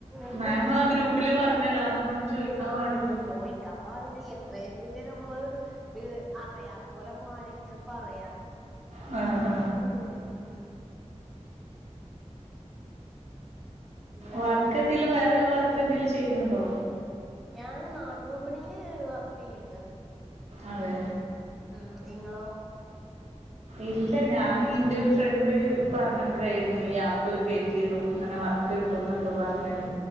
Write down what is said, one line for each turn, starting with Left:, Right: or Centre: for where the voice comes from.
Centre: ഇപ്പൊ
Right: മാം
Centre: എത്ര
Right: ആ ഗ്രൂപ്പില്
Centre: എഴുതിട്ട
Right: പറഞ്ഞല്ലോ അങ്ങനൊന്നും ചോയിക്കാൻ
Centre: ആ
Right: പാടില്ല
Centre: ചോദിക്കാൻ പാടില്ല എത്ര എഴുതീട്ട് നമ്മള് അറിയാത്ത പോലെ മാറി ഇങ്ങനെ പറയാ
Right: ആ
Centre: ഉം ഉം വേറെ
Right: വർക്ക് എന്തേലും വേറെ വർക്ക് എന്തേലും ചെയ്യുന്നുണ്ടോ?
Centre: ഞാൻ നാട്ടു വിപണിയില് വർക്ക് ചെയ്യ്ണ്ട്
Right: അതേ
Centre: ഉം ഇങ്ങളോ?
Right: ഇല്ല ഞാന് ഇന്റെ ഒരു ഫ്രണ്ട് പറഞ്ഞപ്പോഴായിരുന്നു ഈ! !!!! കേറ്റ്യേത് അങ്ങനെ വർക്ക് കിട്ടും എന്നൊക്കെ പറഞ്ഞത്